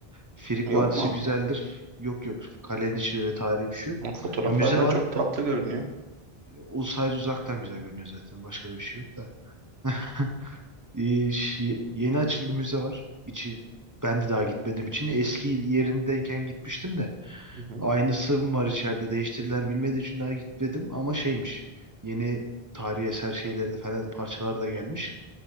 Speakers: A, on the right; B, on the right.
A: Frig
B: Yok
A: Vadisi
B: mu?
A: güzeldir. Yok yok. Kalenin içinde öyle tarihi bir şey yok.
B: Fotoğraflardan
A: Ha, müze var.
B: çok tatlı görünüyor.
A: O sadece uzaktan güzel görünüyor zaten. Başka da bir şey yok da. <laughs> Ee, şi- Yeni açıldı müze var. İçi ben de daha gitmedim için. Eski yerindeyken gitmiştim de.
B: Hı hı.
A: Aynısı mı var içeride değiştirilen bilmediği için daha gitmedim ama şeymiş. Yeni tarihi eser şeyleri de falan parçalar da gelmiş.